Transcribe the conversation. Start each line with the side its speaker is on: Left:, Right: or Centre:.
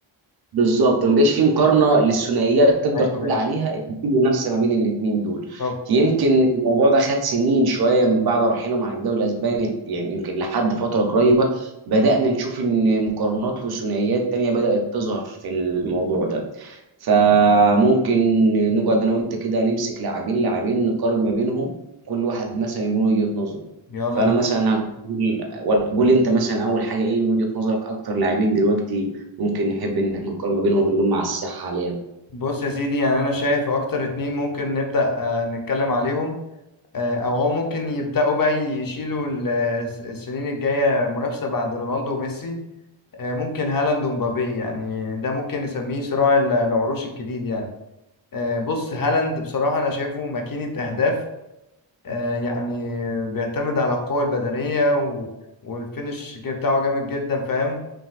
Right: بالظبط ما جاش فيه مقارنه للثنائيات تقدر
Left: ايوه
Right: تقول
Left: ايوه
Right: عليها ان في منافسه ما بين الاثنين دول
Left: طب
Right: يمكن الموضوع ده خد سنين شويه من بعد رحيلهم عن الدوري الاسباني يعني يمكن لحد فتره قريبه بدانا نشوف ان مقارنات وثنائيات تانية بدات تظهر في الموضوع ده فممكن نقعد انا وانت كده نمسك لاعبين لاعبين نقارن ما بينهم كل واحد مثلا يقول وجهة نظره
Left: يلا
Right: فانا
Left: بينا
Right: مثلا هقول ولا- قول انت مثلا اول حاجه ايه من وجهة نظرك اكتر لاعبين دلوقتي ممكن نحب ان احنا نقارن ما بينهم اللي هم على الساحه حاليا
Left: بص يا سيدي يعني انا شايف اكتر اتنين ممكن نبدأ آه، نتكلم عليهم آه، او هو ممكن يبدأوا بقى يشيلوا ال- الس- السنين الجاية منافسة بعد رونالدو وميسي آه، ممكن هالاند ومبابي يعني ده ممكن نسميه صراع ال- العروش الجديد يعني آه، بص هالاند بصراحة انا شايفه ماكينة اهداف آه، يعني بيعتمد على القوة البدنية و... والفينش بتاعه جامد جدا فاهم